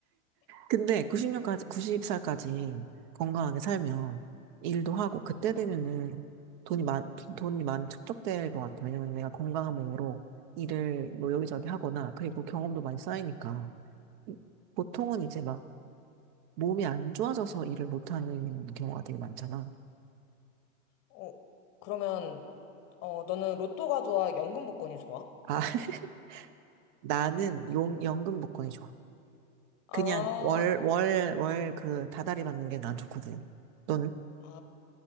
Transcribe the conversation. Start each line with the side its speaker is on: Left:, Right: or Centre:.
Right: 근데 90년까지, 90살까지 건강하게 살면 일도 하고 그때 되면은 돈이 많, 돈이 많이 축적될 것 같아. 왜냐면 내가 건강한 몸으로 일을 뭐 여기저기 하거나 그리고 경험도 많이 쌓이니까 보통은 이제 막 몸이 안 좋아져서 일을 못하는 경우가 되게 많잖아.
Left: 어 그러면 어 너는 로또가 좋아? 연금 복권이 좋아?
Right: 아, <laughs> 나는 용, 연금 복권이 좋아.
Left: 아,
Right: 그냥 월, 월, 월 그 다달이 받는 게 난 좋거든. 너는?
Left: 아